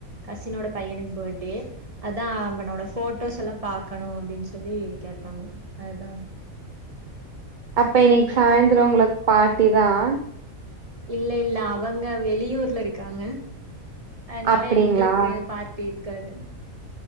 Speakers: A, on the right; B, on the right.
A: கசினோட பையனுக்கு பர்ட்டே அதா அவனோட போட்டோஸ் எல்லா பாக்கணு அப்டின் சொல்லி கேட்டாங்க அதா
B: அப்ப இன்னைக்கு சாய்ந்தரோ உங்களுக்கு பார்ட்டிதான்
A: இல்ல இல்ல அவங்க வெளியூர்ல இருக்காங்க அதுனால
B: அப்டிங்களா
A: எங்களுக்கு பார்ட் ட்டி இருக்காது